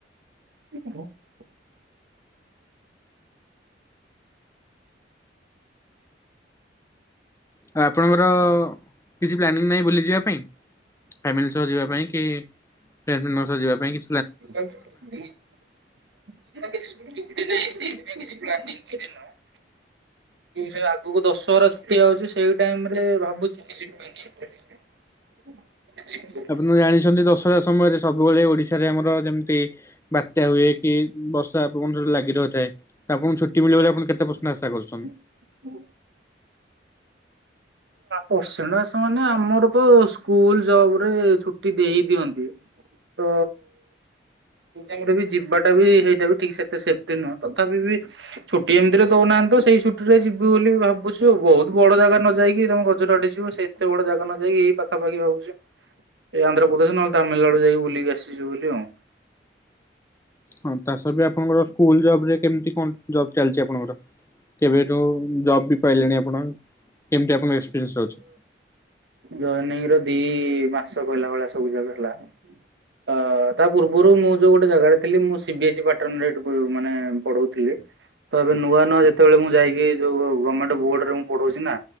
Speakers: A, on the right; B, on the left.
A: <inaudible>
B: ତ ଆପଣଙ୍କର କିଛି ପ୍ଲାନିଂ ନାହିଁ ବୁଲିଯିବା ପାଇଁ? ଫାମିଲି ସହ ଯିବା ପାଇଁ କି ଫ୍ରେଣ୍ଡ ମାନଙ୍କ ସହ ଯିବା ପାଇଁ କି
A: <inaudible> <unintelligible> ସେ ଆଗକୁ ଦଶହରା ଛୁଟି ଆଉଛି ସେଇ ଟାଇମ ରେ ଭାବୁଛି କି <inaudible>
B: ଆପଣ ଜାଣିଛନ୍ତି ଦଶହରା ସମୟରେ ସବୁବେଳେ ଓଡିଶାରେ ଆମର ଯେମିତି ବାତ୍ୟା ହୁଏ କି ବର୍ଷା ପବନ ଲାଗି ରହିଥାଏ। ଆପଣଙ୍କୁ ଛୁଟି ମିଳିବ ବୋଲି ଆପଣ କେତେ ପଶନ ଆଶା କରୁଛନ୍ତି?
A: ହୁଁ ପରସେଣ୍ଟସ ମାନେ ଆମର ତ ସ୍କୁଲ ଜବ ରେ ଛୁଟି ଦେଇ ଦିଅନ୍ତି। ତ ଆମର ବି ଯିବାଟା ବି ହେଇଟା ବି ଠିକ ସେତେ ସେଫ୍ଟି ନୁହଁ। ତଥାପି ବି ଛୁଟି ଏମିତିରେ ଦଉନାହାନ୍ତି ତ ସେଇ ଛୁଟି ରେ ଯିବୁ ବୋଲି ଭାବୁଛୁ ବହୁତ ବଡ ଜାଗା ନ ଯାଇକି ତମ ଗଜର ଆଡ଼େ ଯିବ ସେ ଏତେ ବଡ଼ ଜାଗା ନ ଯାଇକି ଏଇ ପାଖାପଖ ଭାବଛି। ଏ ଆନ୍ଧ୍ରପ୍ରଦେଶ ନହେଲେ ତାମିଲନାଡୁା ଯାଇକି ବୁଲିକି ଆସିଛୁ ବୋଲି ଆଉ।
B: ହଁ- ତା- ସ- ବି ଆପଣଙ୍କର ସ୍କୁଲ ଜବ ରେ କେମିତି କଣ ଜବ ଚାଲିଛି ଆପଣଙ୍କର? କେବେଠୁ ଜବ୍ ବି ପାଇଲେଣି ଆପଣ କେମିତି ଆପଣ ଏକ୍ସପିରିଏନ୍ସ ରହୁଛି?
A: ଜୈନିଂ ର ଦି ମାସ କହିଲା ଭଳିଆ ସବୁ ଯାକ ହେଲା। ଅ- ତା ପୂର୍ବରୁ ମୁଁ ଯୋଉ ଗୋଟେ ଜାଗାରେ ଥିଲି ମୁଁ ସିବି ଏସ୍ଇ ପାଟନରେ ମାନେ ପଢଉଥିଲି। ତ ଏବେ ନୂଆ ନୂଆ ଯେତେବେଳେ ମୁଁ ଯାଇକି ଯୋଉ ଗମେଣ୍ଟ ବୋର୍ଡ଼ରେ ମୁଁ ପଢଉଛି ନା